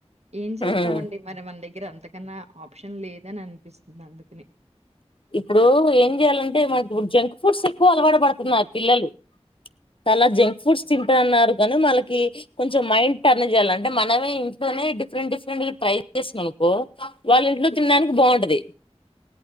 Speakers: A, on the right; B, on the left.
A: ఏం చేస్తామండి
B: హ్మ్
A: మరి మన గర అంతకన్నా ఆప్షన్ లేదని అ అనిపిస్తుంది అందుకని
B: ఇప్పుడు ఏం చెయ్యాలంటే మనకి ఇప్పుడు జంక్ ఫుడ్స్ ఎక్కువ అలవాటు పడుతున్నారు పిల్లలు చాలా జంక్ ఫుడ్స్ అన్నారు కానీ మనకి కొంచెం మైండ్ టర్న్ చేయాలంటే మనమే ఇంట్లోనే డిఫరెంట్ డిఫరెంట్ ట్రై చేసినం అనుకో వాళ్ళ ఇంట్లో తినడానికి బాగుంటది